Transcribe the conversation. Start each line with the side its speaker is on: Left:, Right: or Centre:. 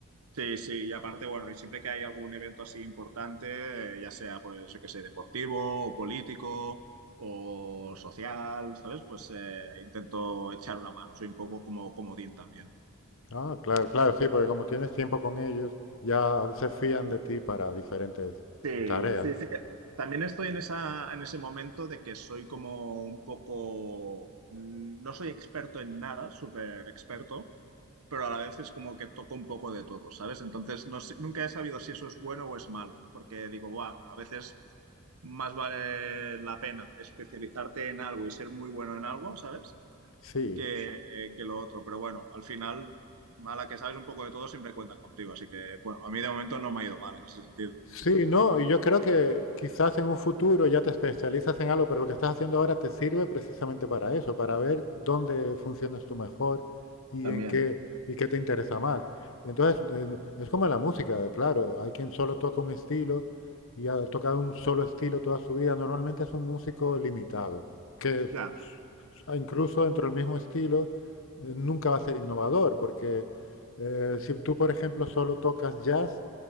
Right: Sí, sí, y aparte, bueno, y siempre que hay algún evento así importante, eh, ya sea, pues, yo qué sé, deportivo o político o social, ¿sabes? Pues eh, intento echar una mano, soy un poco como comodín también.
Left: Ah, claro, claro, sí, porque como tienes tiempo con ellos, ya se fían de ti para diferentes
Right: Sí,
Left: tareas.
Right: sí, sí que también estoy en esa, en ese momento de que soy como un poco, mm, no soy experto en nada, súper experto, pero a la vez es como que toco un poco de todo, ¿sabes? Entonces no sé- nunca he sabido si eso es bueno o es malo, porque digo, guau, a veces más vale la pena especializarte en algo y ser muy bueno en algo, ¿sabes?
Left: Sí.
Right: Que, que lo otro, pero bueno, al final, a la que sabes un poco de todo siempre cuentan contigo, así que bueno, a mí de momento no me ha ido mal en ese sentido.
Left: Sí, no, y yo creo que quizás en un futuro ya te especializas en algo, pero lo que estás haciendo ahora te sirve precisamente para eso, para ver dónde funcionas tú mejor y
Right: También.
Left: en qué y qué te interesa más. Entonces, eh, es como la música, claro, hay quien solo toca un estilo y ha tocado un solo estilo toda su vida. Normalmente es un músico limitado, que s-
Right: Ya.
Left: s- incluso dentro del mismo estilo eh, nunca va a ser innovador, porque eh, si tú, por ejemplo, solo tocas jazz,